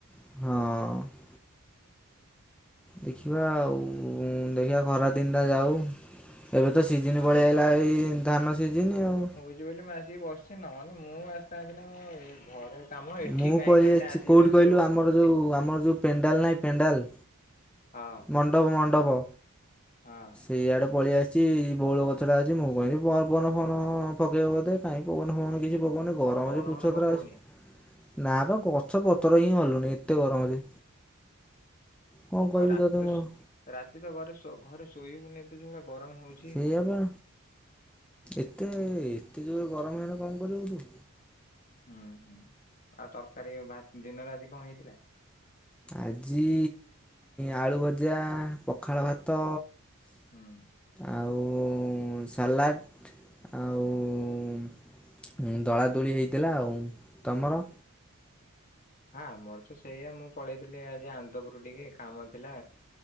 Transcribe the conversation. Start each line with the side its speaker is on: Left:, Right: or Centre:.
Centre: ହଁ। ଦେଖିବା ଆଉ। ଦେଖିବା ଖରା ଦିନଟା ଯାଉ। ଏବେ ତ ସିଜିନ
Left: ହଁ
Centre: ପଳିଆଇଲା, ଏଇ ଧାନ ସିଜିନ ଆଉ।
Left: ଆସିଚି ବୋଲି ମୁଁ ଆସିକି ବସିଚି। ନ ହେଲେ ମୁଁ ଆସିଥାନ୍ତି ନା କଣ? ଘରେ କାମ ଏଠି
Centre: ମୁଁ
Left: କାହିଁ
Centre: ପଳେଇ
Left: ଖାଲିଟା
Centre: ଆସିଛି
Left: ଆସିକି
Centre: କୋଉଠି
Left: ବସିବୁ।
Centre: କହିଲୁ? ଆମର ଯୋଉ,
Left: ଏ
Centre: ଆମର ଯୋଉ ପେଣ୍ଡାଲ ନାହିଁ ପେଣ୍ଡାଲ
Left: ହଁ
Centre: ମଣ୍ଡପ ମଣ୍ଡପ
Left: ହଁ।
Centre: ଏଇଆଡ଼େ ପଳେଇ ଆସିଛି ବୋଉଳ ଗଛ ଟା ଅଛି ମୁଁ କହିବି ପୋନ ଫୋନ ପକେଇବ ବୋଧେ। କାଇଁ ପୋନ ଫୋନ କିଛି ପକୋଉନି ଗରମ
Left: ପବନ
Centre: ଯେ କୁଛତ୍ର
Left: ଫବନ ପକଉନି
Centre: ଆସି ନା ବା ଗଛ ପତର ହିଁ ଗଲୁନି ଏତେ ଗରମ ଯେ। କଣ କହିବି
Left: ହଁ ରାତି
Centre: ତୋତେ
Left: ତ
Centre: ମୁଁ ଆଉ।
Left: ରାତି ତ ଘରେ ଘରେ ଶୋଇହୋଉନି ଏତ ଯୋଉ ଗରମ ହୋଉ
Centre: ସେଇଆପା ଏତେ ଏତେ ଜୋରେ ଗରମ ହେଲେ କଣ କରିବୁ ତୁ।
Left: ହୁଁ ହୁଁ ଆଉ ତରକାରୀ ଭ ଦିନରେ ଆଜି କଣ ହେଇଥିଲା?
Centre: ଆଜି ଆଳୁ ଭଜା ପଖାଳ ଭାତ
Left: ହୁଁ।
Centre: ଆଉ ସାଲାଡ଼ ଆଉ ଦଳା ଦୁଳି ହେଇଥିଲା ଆଉ ତମର?
Left: ହଁ ଆମର ତ ସେଇଆ ମୁଁ ପଳେଇଥିଲି ଆଜି ଆନ୍ଦପୁର ଟିକେ କାମ ଥିଲା।